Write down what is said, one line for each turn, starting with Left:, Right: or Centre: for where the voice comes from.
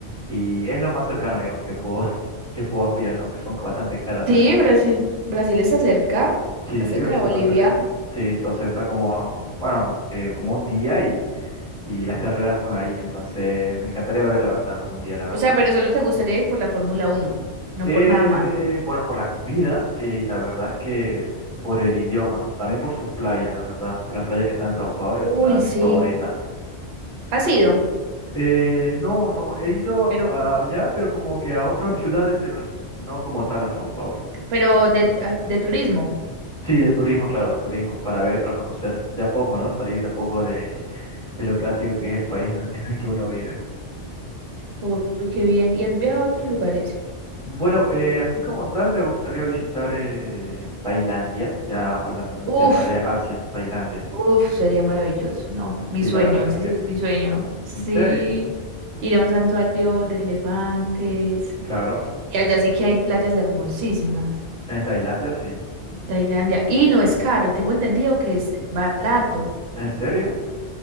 Centre: Y es lo más cercano, digamos, que puedo, <laughs> que puedo aspirar, aunque son bastante caras,
Right: Sí,
Centre: la verdad.
Right: Brasil. Brasil está cerca,
Centre: Sí,
Right: está
Centre: sí,
Right: cerca
Centre: Brasil
Right: de Bolivia.
Centre: está cerca. Sí, entonces está como, a- bueno, eh, como un día y, y las carreras son ahí, entonces me encantaría ver, la verdad, algún día, la verdad.
Right: O sea, pero solo te gustaría ir por la Fórmula Uno, no
Centre: Eh,
Right: por nada más.
Centre: bueno, por la comida eh, y la verdad es que por el idioma, también por sus playas, la verdad. Por la playa que está en Sao Paulo
Right: Uy,
Centre: es una de mis
Right: sí.
Centre: favoritas.
Right: Ha sido,
Centre: Eh, no, no, he ido a-
Right: pero,
Centre: a- allá, pero como que a otras ciudades de Brasil, no como tal a Sao Paulo.
Right: pero de, a- de turismo.
Centre: Sí, de turismo, claro, de turismo, para ver, para conocer de a poco, ¿no? Salir de a poco de, <laughs> de lo clásico que es el país en, en el que uno vive.
Right: Uy, qué bien. ¿Y has viajado a otros lugares?
Centre: Bueno, eh, así como tal, me gustaría visitar eh, Tailandia, ya hablando del
Right: Uf,
Centre: tema de Asia, Tailandia.
Right: uf, sería maravilloso. No, mi
Centre: Sí,
Right: sueño,
Centre: la verdad que
Right: ese
Centre: sí.
Right: sí es mi sueño. Sí,
Centre: ¿En serio?
Right: ir a un santuario de elefantes.
Centre: Claro.
Right: Y allá sí que hay playas hermosísimas.
Centre: En Tailandia sí.
Right: Tailandia. Y no es caro, tengo entendido que es barato.
Centre: ¿En serio?